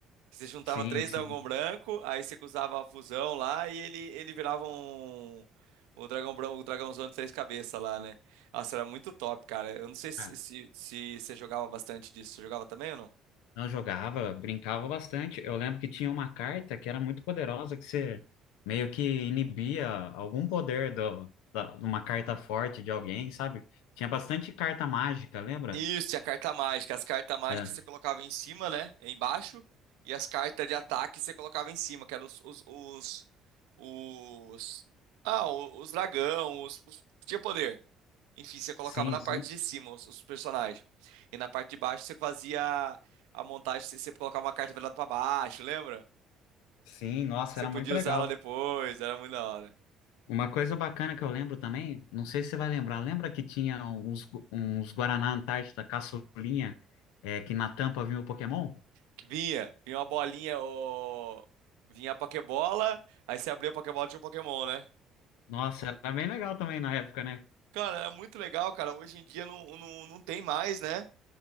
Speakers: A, on the right (about 70°); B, on the left (about 70°).
A: Você juntava
B: Sim,
A: três
B: sim.
A: dragão branco, aí você usava a fusão lá e ele, ele virava um. O dragão branco, o dragãozão de três cabeças lá, né? Nossa, era muito top, cara. Eu não sei se,
B: Ah,
A: se, se você jogava bastante disso. Você jogava também ou não?
B: Não jogava, brincava bastante. Eu lembro que tinha uma carta que era muito poderosa, que você meio que inibia algum poder do, da, de uma carta forte de alguém, sabe? Tinha bastante carta mágica, lembra?
A: Isso, tinha carta mágica. As cartas mágicas
B: É.
A: você colocava em cima, né? Embaixo. E as cartas de ataque você colocava em cima, que eram os, os, os, os- Ah, o- os dragão, os, os... Tinha poder. Enfim, você colocava
B: Sim,
A: na
B: sim.
A: parte de cima os, os personagens. E na parte de baixo você fazia a montagem, você, você colocava uma carta velada pra baixo, lembra?
B: Sim, nossa,
A: Você
B: era
A: podia
B: muito legal.
A: usar ela depois, era muito da hora.
B: Uma coisa bacana que eu lembro também, não sei se você vai lembrar, lembra que tinha uns, gu- uns Guaraná Antártida caçulinha, é, que na tampa vinha o Pokémon?
A: Que vinha, vinha uma bolinha, o... vinha a Pokébola, aí você abria a Pokébola tinha um Pokémon, né?
B: Nossa, era bem legal também na época, né?
A: Cara, era muito legal, cara. Hoje em dia não, não, não tem mais, né?